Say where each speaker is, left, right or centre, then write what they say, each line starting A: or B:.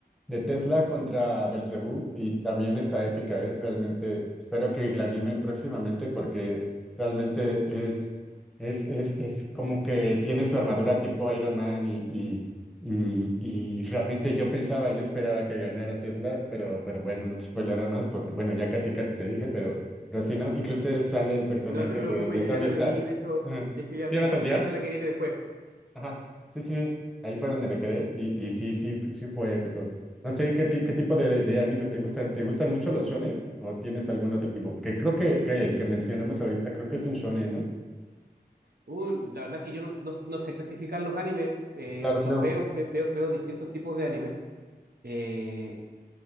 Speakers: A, in the centre; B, on the right.
A: de Tesla contra Belzebú y también está épica, ¿eh? Realmente espero que la animen próximamente porque realmente es, es, es, es como que tiene su armadura tipo Iron Man y, y, y, y realmente yo pensaba, yo esperaba que ganara Tesla, pero, pero bueno, no te spoileré más porque bueno, ya casi casi te dije, pero, pero sí, ¿no? Incluso sale el personaje
B: No te preocupes,
A: de, de
B: yo
A: Tony
B: ya la
A: Stark.
B: leí, de hecho,
A: Ajá.
B: de hecho ya,
A: ¿Sí vas
B: ya,
A: al día?
B: ya sé la que viene después.
A: Ajá, sí, sí, sí. Ahí fue donde me quedé y, y sí, sí, fu- sí fue épico. No sé, ¿qué, ti- qué tipo de, de anime te gustan? ¿Te gustan mucho los shonen o tienes algún otro tipo? Porque creo que, que el que mencionamos ahorita creo que es un shonen, ¿no?
B: Uh, la verdad es que yo no, no- no sé clasificar los animes, eh,
A: Claro, claro.
B: los veo, ve- veo, veo distintos tipos de animes. Eh,